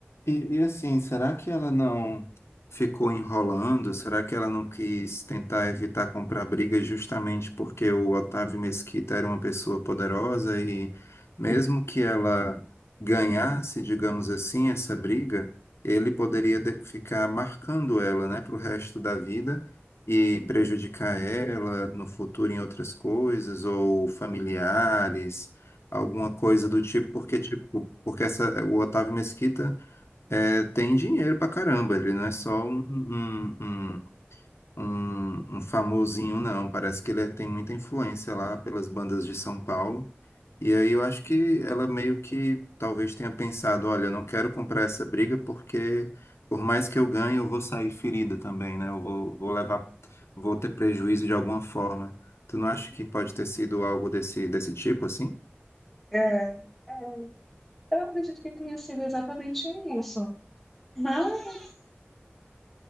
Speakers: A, on the left; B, in the centre.
A: E, e assim, será que ela não ficou enrolando? Será que ela não quis tentar evitar comprar briga justamente porque o Otávio Mesquita era uma pessoa poderosa e mesmo que ela ganhasse, digamos assim, essa briga, ele poderia de- ficar marcando ela, né, para o resto da vida e prejudicar ela no futuro em outras coisas ou familiares, alguma coisa do tipo, porque tipo, porque essa, o Otávio Mesquita é, tem dinheiro pra caramba, ele não é só um, um, um, um- um famosinho, não. Parece que ele é, tem muita influência lá pelas bandas de São Paulo. E aí eu acho que ela meio que talvez tenha pensado, olha, eu não quero comprar essa briga porque por mais que eu ganhe, eu vou sair ferida também, né? Eu vou, vou levar, vou ter prejuízo de alguma forma. Tu não acha que pode ter sido algo desse, desse tipo, assim?
B: É, é, eu acredito que tenha sido exatamente isso. Mas